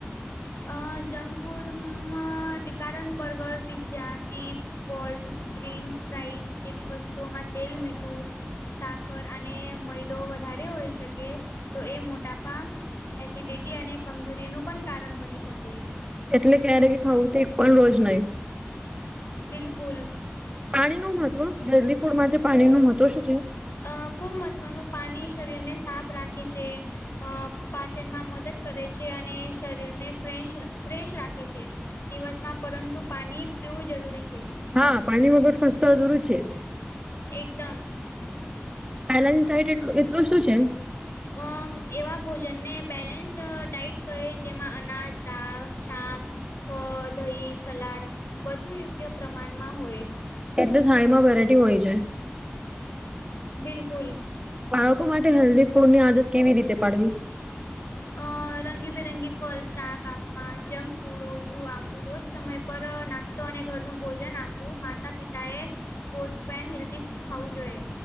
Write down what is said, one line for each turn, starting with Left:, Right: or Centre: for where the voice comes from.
Left: આ જંક ફૂડમાં કારણ બર્ગર પિઝ્ઝા ચિપ્સ સ્કોલ્ટ ડ્રિંક રાઇસ જેવી વસ્તુઓમાં તેલ મીઠું સાખર અને મૈદો વધારે હોય શકે તો એ મોટાપ એસિડિટી અને કમજોરીનું પણ કારણ બની શકે.
Right: એટલે ક્યારે ખાવું તે પણ રોજ નહી.
Left: બિલકુલ.
Right: પાણી નું મહત્વ હેલ્ધી ફૂડમાં પાણી નું મહત્વ શું છે.
Left: આ ખૂબ મહત્ત્વનું પાણી શરીરને સાફ રાખે છે. આ પાચનમાં મદદ કરે છે અને શરીરને ફેશ ફ્રેશ રાખે છે. દિવસમાં પરંતુ પાણી પીવું જરૂરી છે.
Right: હા પાણી વગર સ્વસ્થતા અધુરુ છે.
Left: એકદમ.
Right: બેલેન્સ ડાયટ એટ એટલું શું છે.
Left: આ એવા ભોજનને બેલેન્સ ડઇટ કહે જેમાં અનાજ દાળ શાક ફળ દહીં સલાડ બધું યોગ્ય પ્રમાણમાં હોય.
Right: એટલે થાળીમાં વેરાયટી હોય છે.
Left: બિલકુલ.
Right: બાળકો માટે હેલ્ધી ફૂડની આદત કેવી રીતે પાડવી
Left: અ રંગીબેરંગી ફળ શાક આપમા જંક ફૂડ રજું આપવું રોજ સમય પર નાસ્તો અને ઘરનું ભોજન આપવું માતા પિતાએ પોટ પેન હેલ્ધી ખાવું જોઈએ.